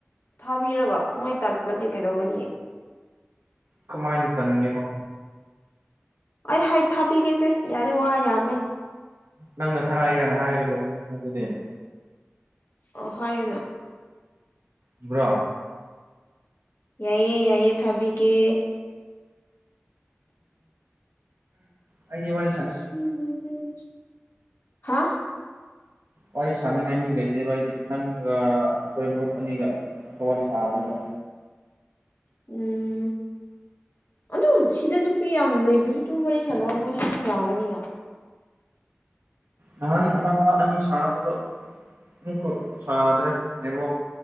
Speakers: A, on the left (about 55°); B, on the right (about 80°).
A: ꯊꯥꯕꯤꯔꯒ ꯃꯣꯏ ꯇꯥꯜꯂꯗꯤ ꯀꯩꯗꯧꯒꯅꯤ
B: ꯀꯃꯥꯏꯟ ꯇꯟꯉꯦꯕ
A: ꯑꯩ ꯍꯩ ꯊꯥꯕꯤꯒꯦꯁꯦ ꯌꯥꯔꯦ ꯋꯥ ꯌꯥꯝꯃꯦ
B: ꯅꯪꯅ ꯊꯥꯔꯛꯑꯦ ꯒꯥꯏꯅ ꯍꯥꯏꯔꯒ ꯂꯣꯏꯀꯦꯁꯟꯗꯨꯗꯤ
A: ꯑꯣ ꯍꯥꯏꯌꯨꯅ
B: ꯕ꯭ꯔꯣ
A: ꯌꯥꯏꯌꯦ ꯌꯥꯏꯌꯦ ꯊꯥꯕꯤꯒꯦ
B: ꯑꯩꯗꯤ ꯋꯥꯔꯤ ꯁꯥꯅꯤ
A: <unintelligible> ꯍꯥꯥ
B: ꯋꯥꯔꯤ ꯁꯥꯅꯤꯡꯉꯥꯏ ꯃꯤ ꯂꯩꯇꯦꯕ ꯑꯩꯗꯤ ꯅꯪꯒ ꯑꯩꯈꯣꯏ ꯃꯔꯨꯞ ꯑꯅꯤꯒ ꯈꯛꯇ ꯋꯥꯔꯤ ꯁꯥꯕꯅꯦꯕ
A: ꯎꯝ ꯑꯗꯨꯝ ꯁꯤꯗ ꯅꯨꯄꯤ ꯌꯥꯝ ꯂꯩꯕꯁꯨ ꯑꯗꯨꯝ ꯋꯥꯔꯤ ꯁꯥꯟꯅꯧ ꯃꯣꯏꯁꯨ ꯑꯗꯨꯝ ꯌꯥꯒꯅꯤꯅ
B: ꯅꯍꯥꯟ ꯑꯃ ꯑꯅꯤ ꯁꯥꯔꯝꯕꯗꯣ ꯑꯃꯨꯛꯀ ꯁꯥꯗ꯭ꯔꯦ ꯅꯦꯠꯋꯥꯛ